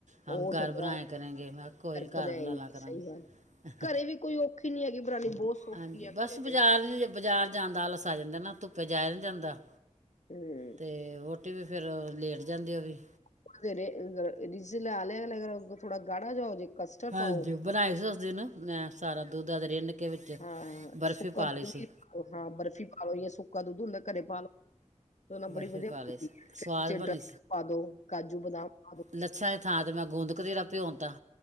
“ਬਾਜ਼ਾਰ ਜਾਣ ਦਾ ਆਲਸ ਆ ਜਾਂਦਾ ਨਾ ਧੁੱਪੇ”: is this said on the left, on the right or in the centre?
Right